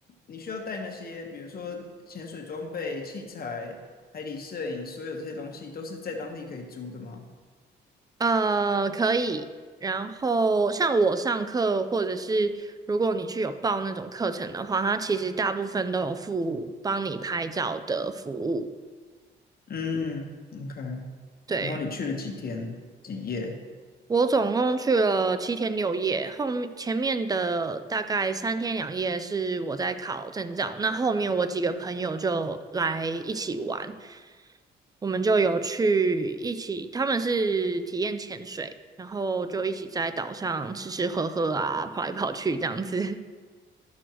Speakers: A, on the left (about 50°); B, on the right (about 20°).
A: 你需要带那些，比如说潜水装备、器材、海底摄影，所有这些东西都是在当地可以租的吗？
B: 呃，可以。然后像我上课，或者是如果你去有报那种课程的话，它其实大部分都有附帮你拍照的服务。
A: 嗯，OK，
B: 对。
A: 然后你去了几天几夜？
B: 我总共去了七天六夜，后面前面的大概三天两夜是我在考证照，那后面我几个朋友就来一起玩，我们就有去一起，他们是体验潜水，然后就一起在岛上吃吃喝喝啊，跑来跑去这样子。<laughs>